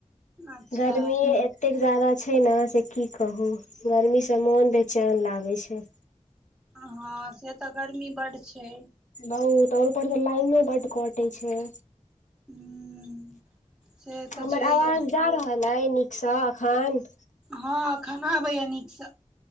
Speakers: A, in the centre; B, on the left.
A: अच्छा
B: गर्मीए एतेक जादा छै ने से की कहू गर्मी से मोन बेचैन लागै छै
A: हाँ से तऽ गर्मी बड छै
B: बहुत आ उपरस तऽ लाइनो बड कटे छै
A: हूँ से तऽ
B: हमर
A: छैहे
B: आवाज जा रहल अइ नीकसँ अखन
A: हं अखन आबैए नीकसँ